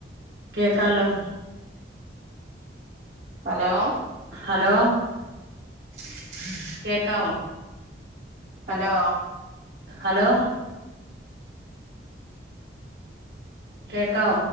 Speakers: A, on the right; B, on the right.
A: കേക്കാലോ
B: ഹലോ
A: ഹലോ
B: ഉ
A: കേക്കാവോ
B: ഹലോ
A: ഹലോ കേക്കാം